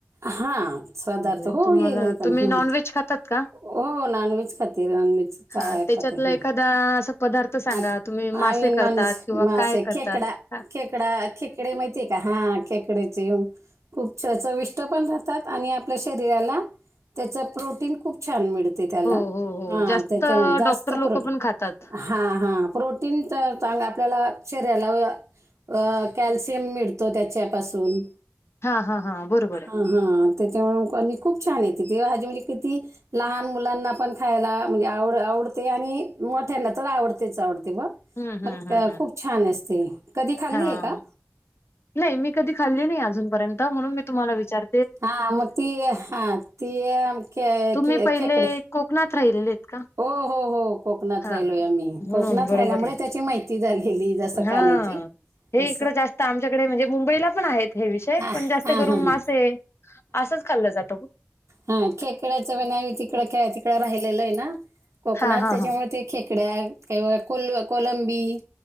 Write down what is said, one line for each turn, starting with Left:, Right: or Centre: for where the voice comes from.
Right: हा <inaudible> सादारथ
Left: म्हणजे
Right: हो
Left: तुम्हाला
Right: येतो
Left: तुम्ही
Right: ना हा.
Left: नॉनव्हेज खातात का
Right: हो नॉन व्हेज खाते नॉन व्हेज <unintelligible>
Left: हा त्याच्यातला
Right: खात ह
Left: एखादा असा पदार्थ सांगा
Right: आता
Left: तुम्ही मासे
Right: आ <unintelligible> न
Left: करतात किंवा
Right: मे
Left: काय करतात
Right: खेकडा
Left: हा
Right: खेकडा खेकडे माहितीय का हा खेकडे. <unintelligible> पण राहतात आणि आपल्या शरीराला त्याच प्रोटीन खूप. छान मिळते त्याला
Left: हो हो हो
Right: ह
Left: जास्त
Right: त्याच्यामुळे जास्त
Left: डॉक्टर लोक
Right: प्रोटीन
Left: पण खातात
Right: हां हां प्रोटीन तर चांगलं <inaudible> आपल्याला शरीराला अ कॅल्शियम मिळत त्याच्यापासून
Left: हा -हा- हा बरोबर आहे.
Right: हां त्याच्यामु <unintelligible> आणि खूप छान येते ते्हा हजे म्हणजे किती? लहान मुलांना पण खायला म्हणजे आवड आवडते आणि मोठ्यांना तर आवडतेच आवडते.
Left: आहे हम्म
Right: पण
Left: हम्म हम्म हम्म
Right: खूप छान असते कधी खाल्लीय
Left: हा
Right: का?
Left: नाही मी कधी खल्ली नाही अजूनपर्यंत म्हणून मी तुम्हाला विचार
Right: हा मग ती हा ती केकडे.
Left: तुम्ही पहिले कोकणात राहिलेले आहेत का?
Right: हो हो हो कोकणात
Left: हा.
Right: राहिलोय आम्ही
Left: म्हणून
Right: कोकणात
Left: बरोबर
Right: राहिल्यामुळे
Left: आहे
Right: त्याची माहिती झालेली जस
Left: हा.
Right: खाण्याची.
Left: हे
Right: असं
Left: इकडं जास्त आमच्याकडे म्हणजे मुंबईला पण आहेत. हे विषय
Right: हां
Left: पण जास्त
Right: हां
Left: करून
Right: हां
Left: मासे
Right: हां.
Left: असंच खल्लं जातं ग.
Right: हा खेकड्याच आम्ही तिकड खेळ तिकडं राहिलेलो आहे ना कोकणात
Left: हा हा
Right: त्याच्यामुळे
Left: हा
Right: ते खेकड्या काही ब कोल कोलंबी